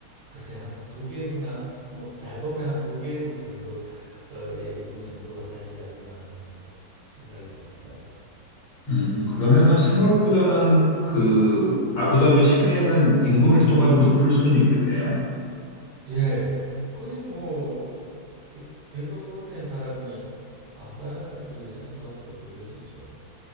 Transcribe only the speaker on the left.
음, 그러면은 생각보다는 그 아부다비 시내에는 인구 밀도가 좀 높을 수는 있겠네요.